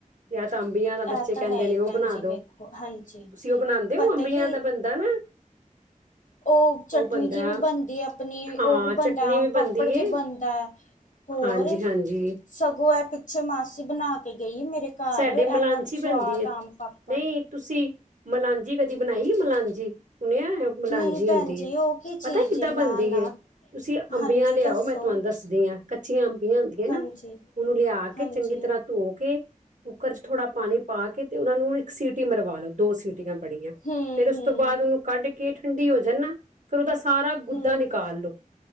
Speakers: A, on the right; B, on the left.
A: ਜਾਂ ਤਾਂ ਅੰਬੀਆਂ
B: ਇਹ
A: ਦਾ ਬੱਚੇ
B: ਤਾਂ
A: ਕਹਿੰਦੇ
B: ਹੈ ਹੀ
A: ਨੇ ਉਹ
B: ਭੈਣ
A: ਬਣਾ
B: ਜੀ
A: ਦੋ
B: ਵੇਖੋ ਹਾਂਜੀ
A: ਤੁਸੀਂ ਉਹ ਬਣਾਉਂਦੇ
B: ਪਤਾ
A: ਹੋ ਅੰਬੀਆਂ
B: ਕੀ
A: ਦਾ ਬਣਦਾ ਨਾ।
B: ਓ ਚਟਨੀ
A: ਉਹ ਬਣਦਾ
B: ਜਿਹੀ ਵੀ ਬਣਦੀ ਆਪਣੀ
A: ਹਾਂ
B: ਉਹਵੀ ਬਣਦਾ
A: ਚਟਨੀ
B: ਆਮ
A: ਵੀ
B: ਪਾਪੜ
A: ਬਣਦੀ
B: ਵੀ
A: ਏ
B: ਬਣਦਾ। ਹੋਰ
A: ਹਾਂਜੀ ਹਾਂਜੀ
B: ਸਗੋਂ ਏਹ ਪਿੱਛੇ ਮਾਸੀ ਬਣਾ ਕੇ ਗਈ ਮੇਰੇ ਘਰ
A: ਸਾਡੇ ਮਲਾਂਚੀ
B: ਇਨਾ
A: ਬਣਦੀ
B: ਸਵਾਦ
A: ਏ
B: ਆਮ ਪਾਪੜ
A: ਨਹੀਂ ਤੁਸੀਂ ਮਲਾਂਜੀ ਕਦੀ ਬਣਾਈ ਮਲਾਂਜੀ ਸੁਣਿਆ ਹੈ। ਮਲਾਂਜੀ
B: ਨਹੀਂ ਭੈਣ
A: ਹੁੰਦੀ
B: ਜੀ
A: ਏ
B: ਉਹ ਕੀ ਚੀਜ਼
A: ਪਤਾ ਕਿੱਦਾਂ
B: ਏ ਨਾ
A: ਬਣਦੀ
B: ਨਾ
A: ਏ ਤੁਸੀਂ ਅੰਬੀਆਂ
B: ਹਾਂਜੀ
A: ਲਿਆਓ
B: ਦੱਸੋ
A: ਮੈਂ ਤੁਹਾਨੂੰ ਦੱਸ ਦੀਆਂ ਕੱਚੀਆਂ ਅੰਬੀਆਂ ਹੁੰਦੀਆਂ
B: ਹਾਂਜੀ
A: ਨਾ ਉਹਨੂੰ ਲਿਆ ਕੇ
B: ਹਾਂਜੀ
A: ਚੰਗੀ ਤਰ੍ਹਾਂ ਧੋ ਕੇ ਕੁੱਕਰ 'ਚ ਥੋੜਾ ਪਾਣੀ ਪਾ ਕੇ ਤੇ ਉਹਨਾਂ ਨੂੰ ਇੱਕ ਸੀਟੀ ਮਰਵਾ ਲੋ ਦੋ ਸੀਟੀ ਬੜੀਆਂ ਪੜੀਆਂ
B: ਹੂੰ
A: ਫੇਰ ਉਸ
B: ਹੂੰ
A: ਤੋਂ ਬਾਅਦ ਉਹਨੂੰ ਕੱਢ ਕੇ ਠੰਡੀ ਹੋ ਜਾਣ ਨਾ ਫਿਰ ਉਹਦਾ ਸਾਰਾ ਗੁੱਦਾ
B: ਹੂੰ
A: ਨਿਕਾਲ ਲਓ।